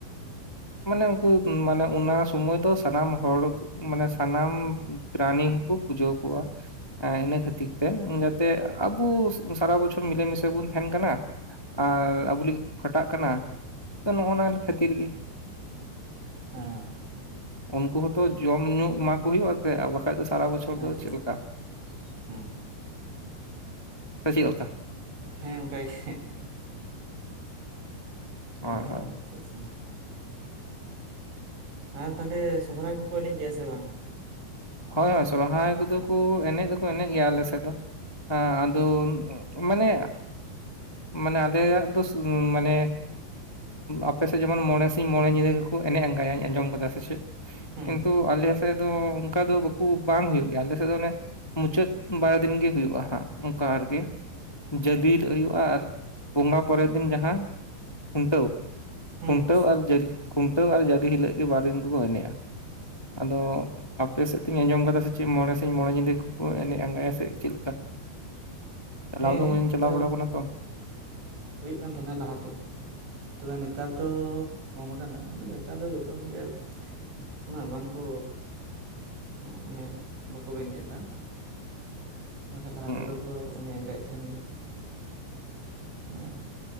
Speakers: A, on the left; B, on the right.
A: ᱢᱟᱱᱮ ᱩᱱᱠᱩ ᱢᱟᱱᱮ ᱚᱱᱟ ᱥᱚᱢᱚᱭ ᱫᱚ ᱥᱟᱱᱟᱢ ᱦᱚᱲ ᱢᱟᱱᱮ ᱥᱟᱱᱟᱢ ᱯᱨᱟᱱᱤ ᱦᱚᱸᱠᱚ ᱯᱩᱡᱟᱹ ᱠᱚᱣᱟ ᱤᱱᱟᱹ ᱠᱷᱟᱹᱛᱤᱨ ᱛᱮ ᱡᱟᱛᱮ ᱟᱵᱚ ᱥᱟᱨᱟᱵᱚᱫ ᱵᱚᱪᱷᱚᱨ ᱢᱤᱞᱮ ᱢᱤᱥᱮ ᱵᱚᱱ ᱛᱟᱦᱮᱸᱱ ᱠᱟᱱᱟ ᱟᱨ ᱟᱵᱚ ᱞᱟᱹᱜᱤᱫ ᱠᱷᱟᱴᱟᱜ ᱠᱟᱱᱟ ᱛᱚ ᱱᱚᱜᱼ ᱱᱚᱣᱟ ᱠᱷᱟᱹᱛᱤᱨ ᱜᱮ
B: ᱦᱮᱸ
A: ᱩᱱᱠᱩ ᱦᱚᱸᱛᱚ ᱡᱚᱢ ᱧᱩ ᱮᱢᱟ ᱠᱚ ᱦᱩᱭᱩᱜᱼᱟᱛ ᱟᱨ ᱵᱟᱠᱷᱟᱡ ᱫᱚ ᱥᱟᱨᱟ ᱵᱚᱪᱷᱚᱨ
B: ᱦᱮᱸ
A: ᱫᱚ
B: ᱪᱮᱫᱟᱜ
A: ᱪᱮᱫ ᱞᱮᱠᱟ
B: ᱵᱟᱝ
A: ᱥᱮ ᱪᱮᱫ ᱞᱮᱠᱟ
B: ᱦᱮᱸ ᱚᱱᱠᱟᱜᱮ ᱚ
A: ᱦᱳᱭ ᱦᱳᱭ
B: ᱟᱪᱪᱷᱟ ᱟᱪᱪᱷᱟ ᱟᱨ ᱛᱟᱦᱞᱮ ᱥᱚᱦᱚᱨᱟᱭ ᱠᱚᱠᱚ ᱮᱱᱮᱡ ᱜᱮᱭᱟ ᱥᱮ ᱵᱟᱝ
A: ᱦᱳᱭ ᱦᱳᱭ ᱥᱚᱨᱦᱟᱭ ᱠᱚᱫᱚ ᱠᱚ ᱮᱱᱮᱡ ᱫᱚᱠᱚ ᱮᱱᱮᱡ ᱜᱮᱭᱟ ᱟᱞᱮ ᱥᱮᱫ ᱫᱚᱸ ᱟᱫᱚ
B: ᱦᱩᱸ
A: ᱢᱟᱱᱮ ᱢᱟᱱᱮ ᱟᱞᱮᱭᱟᱜ ᱫᱚ ᱢᱟᱱᱮ ᱟᱯᱮᱥᱮᱫ ᱡᱮᱢᱚᱱ ᱢᱚᱬᱮ ᱥᱤᱧ ᱢᱚᱬᱮ ᱧᱤᱫᱟ. ᱠᱚ ᱮᱱᱮᱡ ᱟᱸᱜᱟᱭᱟ ᱟᱸᱡᱚᱢ ᱟᱠᱟᱫᱟ ᱥᱮ ᱪᱮᱫ
B: ᱦᱩᱸ
A: ᱠᱤᱱᱛᱩ ᱟᱞᱮ ᱥᱮᱫ ᱫᱚ ᱚᱱᱠᱟ ᱫᱚ ᱵᱟᱠᱚ ᱵᱟᱝ ᱦᱩᱭᱩᱜ ᱜᱮᱭᱟ ᱟᱞᱮ ᱥᱮᱫ ᱫᱚ ᱚᱱᱮ ᱢᱩᱪᱟᱹᱫ ᱵᱟᱨ ᱫᱤᱱ ᱜᱮ ᱦᱩᱭᱩᱜᱼᱟ ᱦᱟᱸᱜ ᱚᱱᱠᱟ ᱟᱨᱠᱤ ᱡᱟᱹᱞᱮ ᱦᱩᱭᱩᱜᱼᱟ ᱟᱨ ᱵᱚᱸᱜᱟ ᱯᱚᱨᱮᱨ ᱫᱤᱱ ᱡᱟᱦᱟᱸ ᱠᱷᱩᱱᱴᱟᱹᱣ
B: ᱦᱩᱸ
A: ᱠᱷᱩᱱᱴᱟᱹᱣ ᱟᱨ ᱡᱟᱹᱞᱮ ᱠᱷᱩᱱᱴᱟᱹᱣ ᱟᱨ ᱡᱟᱹᱞᱮ ᱦᱤᱞᱳᱜ ᱜᱮ ᱵᱟᱨ ᱫᱤᱱ ᱠᱚᱠᱚ ᱮᱱᱮᱡᱼᱟ ᱟᱫᱚ ᱟᱯᱮ ᱥᱮᱫ ᱛᱤᱧ ᱟᱸᱡ ᱠᱟᱫᱟ ᱥᱮ ᱪᱮᱫ ᱢᱚᱬᱮ ᱥᱤᱧ ᱢᱚᱬᱮ ᱧᱤᱫᱟᱹ ᱜᱮᱠᱚ ᱮᱱᱮᱡ ᱟᱸᱜᱟᱭᱟ ᱥᱮ ᱪᱮᱫ ᱞᱮᱠᱟ ᱪᱟᱞᱟᱣ
B: ᱦᱮᱸ
A: ᱫᱚ ᱢᱮ
B: ᱚᱱᱠᱟ
A: ᱪᱟᱞᱟᱣ ᱵᱟᱲᱟᱟᱣ ᱠᱟᱱᱟ ᱛᱚ
B: ᱦᱩᱭᱩᱜ ᱠᱟᱱ ᱛᱟᱦᱮᱸᱱᱟ ᱞᱟᱦᱟᱛᱮ ᱛᱚᱵᱮ ᱱᱮᱛᱟᱨ ᱫᱚ ᱠᱚᱢ ᱠᱟᱱᱟ ᱟᱫᱚ ᱱᱮᱛᱟᱨ ᱫᱚ ᱡᱚᱛᱚ ᱦᱚᱲᱜᱮ ᱩᱱᱟᱹᱜ ᱵᱟᱝᱠᱚ ᱢᱟᱱᱮ ᱵᱟᱠᱚ ᱵᱮᱸᱜᱮᱫ ᱫᱟ <inaudible> ᱵᱟᱠᱷᱟᱡ ᱞᱟᱦᱟ
A: ᱦᱩᱸ
B: ᱛᱮᱫᱚ ᱠᱚ ᱩᱱᱤ <unintelligible> ᱛᱟᱦᱮᱱ ᱜᱮᱭᱟ ᱦᱮᱸ